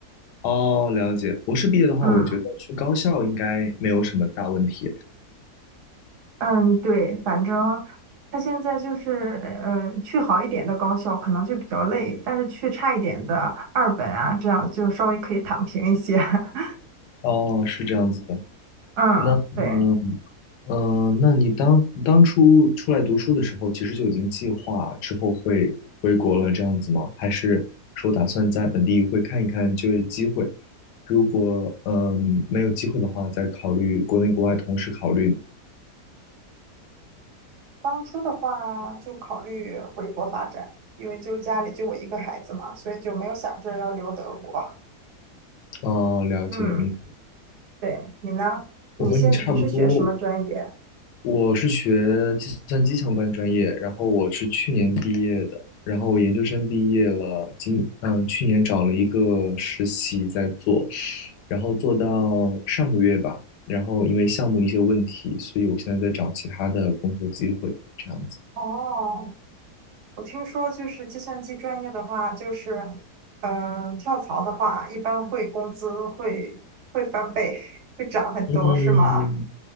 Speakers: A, on the left; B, on the right.
A: 哦，了解。博士毕业的话，
B: 嗯
A: 我觉得去高校应该没有什么大问题。
B: 嗯，对，反正他现在就是，呃，去好一点的高校可能就比较累，但是去差一点的二本啊，这样就稍微可以躺平一些。<laughs>
A: 哦，是这样子的。
B: 嗯，
A: 那嗯，
B: 对。
A: 嗯、呃那你当当初出来读书的时候，其实就已经计划之后会回国了，这样子吗？还是说打算在本地会看一看就业机会？如果嗯、呃没有机会的话，再考虑国内国外同时考虑。
B: 当初的话就考虑回国发展，因为就家里就我一个孩子嘛，所以就没有想着要留德国。
A: 哦，了解你，
B: 嗯，对，你呢？你现你是学什么专业？
A: 我和你差不多，我是学计算机相关专业，然后我是去年毕业的，然后我研究生毕业了，今嗯去年找了一个实习在做，然后做到上个月吧，然后因为项目一些问题，所以我现在在找其他的工作机会，这样子。
B: 哦，我听说，就是计算机专业的话，就是，呃，跳槽的话，一般会工资会会翻倍，会涨很多，
A: 嗯，
B: 是吗？